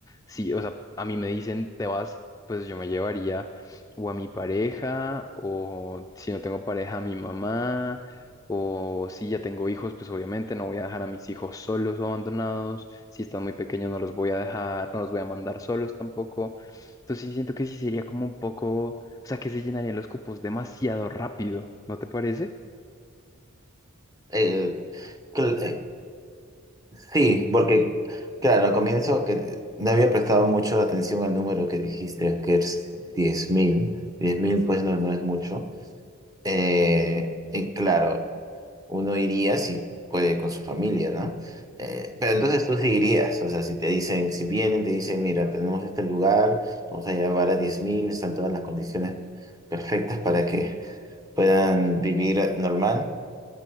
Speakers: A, on the left (about 15°); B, on the right (about 15°).
A: sí, o sea, a mí me dicen, te vas, pues yo me llevaría o a mi pareja, o si no tengo pareja, a mi mamá, o si ya tengo hijos, pues obviamente no voy a dejar a mis hijos solos o abandonados. Si están muy pequeños, no los voy a dejar, no los voy a mandar solos tampoco. Entonces sí siento que sí sería como un poco o sea que se llenarían los cupos demasiado rápido, ¿no te parece?
B: Eh, cl- eh, Sí, porque, claro, al comienzo que no había prestado mucho la atención al número que dijiste, que es diez mil, diez mil pues no, no es mucho. Eh, y claro, uno iría si puede con su familia, ¿no? Eh, pero entonces tú sí irías, o sea, si te dicen, si vienen, te dicen, mira, tenemos este lugar, vamos a llevar a diez mil están todas las condiciones perfectas para que puedan vivir normal,